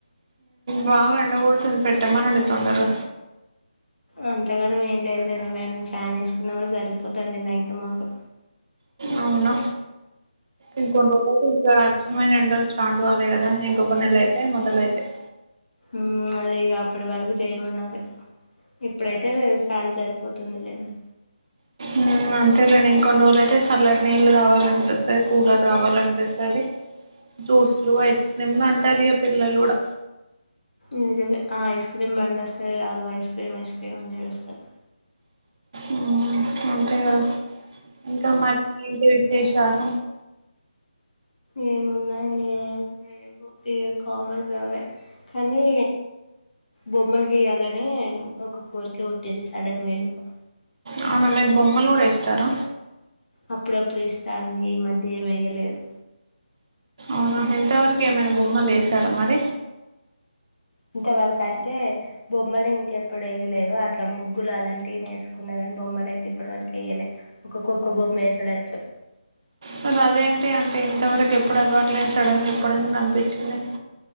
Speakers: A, on the right (about 40°); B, on the left (about 85°).
A: బాగ ఎండ గొడుతుంది పెట్టమనండి తొందరగా
B: అంతగర్వం ఏం లేదు లెండి మేను ఫ్యాన్ ఏసుకున్న కూడా సరిపోతాంది నైట్ మాకు
A: అవునా ఇంకొన్ను రోజులు అయితే ఇంకా ఏమైన ఎండలు స్టార్ట్ కాలే కదా ఇంకొక నెల అయితే మొదలైతాయ్
B: ఉమ్ అదే ఇగ అప్పుడు వరకు చేయమన్నా అది ఇప్పుడై తాది గదా ఫ్యాన్ సరి పోతుంది లేండి
A: ఉమ్ అంతే లేండి ఇన్ కొన్ని రోజులు అయితే సల్లటి నీళ్లు కావాలనిపిస్తది కూలర్ కావాలనిపిస్తది జ్యూస్లు ఐస్ క్రీమ్లు అంటారు ఇగ పిల్లలు గుడా
B: నిజమే ఆ ఐస్ క్రీమ్ బండి వస్తే చాలు ఐస్ క్రీమ్ ఐస్ క్రీమ్ అని ఏడుస్తారు
A: ఉమ్ అంతే గద ఇంకా మరి ఏంటి విశేష్ <unintelligible>
B: ఏమున్నాయ్ ఏం లేవు ఇకిగా కామన్ గా అవే కాని బొమ్మలు గీయాలని ఒక కోరిక పుట్టింది సడన్ గా ఎందుకో
A: అవునా మీరు బొమ్మలు గూడా ఏస్తారా
B: అప్పుడప్పుడు ఏస్తా అండి ఈ మధ్య ఏమి ఎయ్యలేదు
A: అవునా ఇంతవరకు ఏమైనా బొమ్మలు ఏసారా మరి
B: ఇంతవరకు అటితే బొమ్మలు ఇంకెప్పుడు ఎయ్యలేదు అట్లా ముగ్గులు అలాంటివి వేసుకున్న కానీ బొమ్మలు అయితే ఇప్పటివరకు ఏయలేదు ఒక్కొక్కొక్క బొమ్మ ఏసడొచ్చు
A: మరి అదేంటి అంటే ఇంతవరకు ఎప్పుడు అలవాట్లేని సడన్ గా ఇప్పుడెందుకు అనిపిచ్చింది